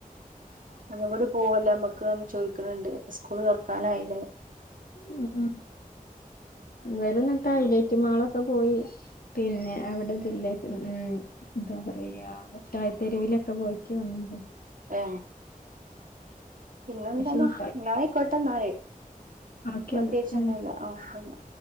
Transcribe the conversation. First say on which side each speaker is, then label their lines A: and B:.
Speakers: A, on the right; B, on the left.
A: ഒന്നും കൂടി പോവല്ലേ നമ്മക്ക് ചോയ്ക്കണണ്ട് സ്കൂൾ തൊറക്കാനായില്ലേ?
B: ഉം ഉം ഇവരെന്നിട്ട് ഹൈലൈറ്റ് മാളൊക്കെ പോയി പിന്നെ അവിടെ തില്ലേ ഉം എന്താ പറയാ മിട്ടായി തെരുവിലൊക്കെ പോയിട്ട് വന്നിന്.
A: ഓ പിന്നെന്താന്ന
B: പക്ഷെ മുട്ടായി
A: ന്നാ ആയിക്കോട്ടെന്നാൽ.
B: കാക്കന്ന്
A: പ്രതേകിച്ചൊന്നുല്ല
B: ഉം
A: ഒക്കെ ന്നാ.